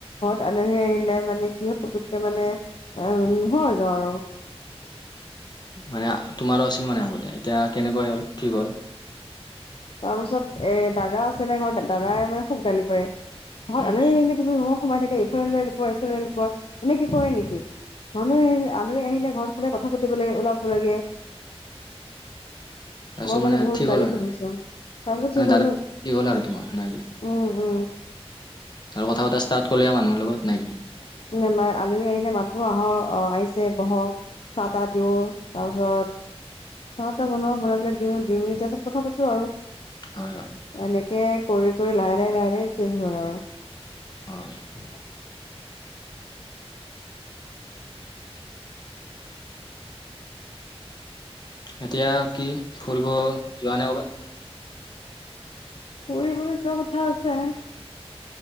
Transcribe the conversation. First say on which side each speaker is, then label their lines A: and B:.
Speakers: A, on the left; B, on the left.
A: ঘৰত আলহী আহিলে মানে কি হয় পুটোককে মানে আহ <unintelligible> হৈ যাওঁ আৰু। <inaudible>
B: মানে তোমাৰো আছিল মানে আগতে? এতিয়া কেনেকৈ হ'ল, ঠিক হ'ল?
A: তাৰপিছত এ দাদা আছিলে ঘৰত, দাদাই মানে খুব গালি পাৰে। ঘৰত
B: উম
A: আলহী আহিলে তুমি ৰুমত সোমাই থাকা, এইফাল লকুৱোৱা এইফালে লকুৱোৱা এনেকে কৰে নেকি। মানুহ আহিল, আলহী আহিলে ঘৰত সদায় কথা পাতিব লাগে, ওলাব লাগে।
B: তাৰপিছত
A: মই মানে বহুত
B: ঠিক হ'ল
A: গালি
B: আৰু
A: শুনিছো। তাৰ পিছত
B: মানে
A: ঠিক
B: দাদা
A: হলোঁ। উম,
B: কি হ'ল আৰু তোমাৰ নেকি
A: উম।
B: আৰু কথা পতা ষ্টাৰ্ট কৰিলি মানুহৰ লগত, নে কি?
A: উম আলহী আহিলে মাতো আহক আহ আহিছে, বহক, চাহ- তাহ দিওঁ, তাৰপিছত চাহ তাহ বনাও, বনাই পেলাই দিওঁ, দি মেলি তাৰ পিছত কথা পাতো আৰু।
B: হয় হয়
A: এনেকে কৰি কৰি লাহে লাহে লাহে লাহে চেঞ্জ হ'ল আৰু।
B: হয় এতিয়া কি ফুৰিব যোৱা নে কৰবাত?
A: <unintelligible> যোৱা কথা আছে।